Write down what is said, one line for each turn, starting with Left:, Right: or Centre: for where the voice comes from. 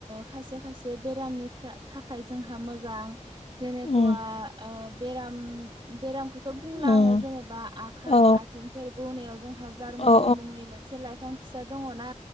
Right: खायसेाय माखायसे बेरामनि थाखाय जोंहा मोजां जेनेखा
Left: उम
Right: बेराम बेरामखौथ' बुंला
Left: उम
Right: आङो जेनेबा आखाइ
Left: अ
Right: आथिंफोर बौनायाव जोंहा जार्मुनि
Left: अ अ
Right: मुंनि ससे लाइफां फिसा दङ ना